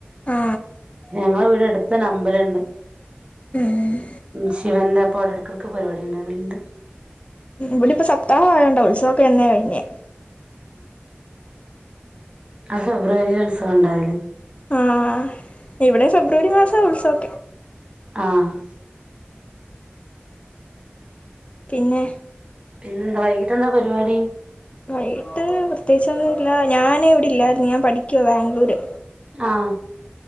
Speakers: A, on the left; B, on the right.
A: ആ
B: ണം ഞങ്ങളെ വീടെ അടുത്തന്നെ അമ്പലുണ്ട്
A: ഉം
B: ശിവന്റെ പടരും മക്കൾക്ക് പരിപാടി ഉണ്ടാവലുണ്ട്
A: ഉം ഇവിടെ ഇപ്പം സപ്താഹം ആയോണ്ടാ ഉത്സവോക്കെ എന്നേ കഴിഞ്ഞ്.
B: ആഹ് ഫെബ്രുവരിൽ ഉത്സവം ഉണ്ടാവില്ലേ?
A: ആ ഇവിടെ ഫെബ്രുവരി മാസവാ ഉത്സവം.
B: ആഹ്
A: പിന്നെ
B: പിന്നെന്താ വൈകിട്ട് എന്താ പരിപാടി?
A: വൈകട്ട് പ്രത്യേകിച്ചൊന്നൂല്ല ഞാന് ഇവിടെ ഇല്ലായിരുന്നു ഞാൻ പഠിക്കുവാ ബാംഗ്ലൂര്.
B: ആഹ്